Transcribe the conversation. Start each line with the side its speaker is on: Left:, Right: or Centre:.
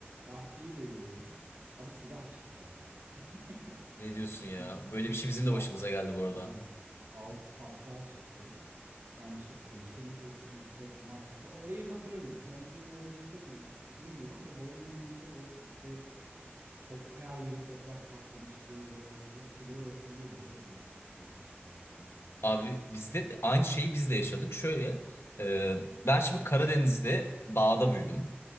Right: Bahçeyi belliyoruz. Abi silah çıktı bahçeden. <laughs>
Left: Ne diyorsun ya?
Right: İlk
Left: Böyle
Right: böyle
Left: bir şey bizim
Right: al,
Left: de başımıza geldi bu arada.
Right: aynen. altı patlar çıktı. Yani işte polise mi teslim etsek ne yapsak falan. Orayı da hatırlamıyorum. Sonrasında ne olduğunu hatırlamıyorum, hatırlamıyorum ama babamın elinde o işte top her yeri toprak kaplamış böyle o silahı hatırlıyorum. O da benim için çok ilginç bir anıydı mesela.
Left: Abi bizde de aynı şeyi biz de yaşadık. Şöyle e, ben şimdi Karadeniz'de dağda büyüdüm.